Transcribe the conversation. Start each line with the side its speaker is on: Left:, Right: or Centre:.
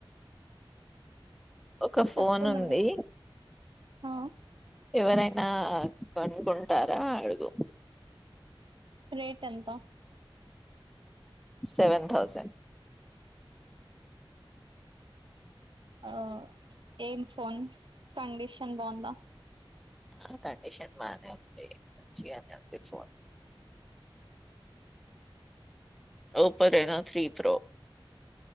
Centre: ఒక ఫోన్
Right: చెప్ప నువ్వు
Centre: ఉంది
Right: హ
Centre: ఎవరైనా కొనుకుంటారా అడుగు
Right: రేట్ ఎంత
Centre: సెవెన్ తౌసెండ్
Right: ఆ ఏం ఫోన్ కండిషన్ బాగుందా
Centre: ఆ కండిషన్ బానే ఉంది మంచిగానే ఉంది ఫోన్ ఒప్పో ఎనా త్రీ ప్రో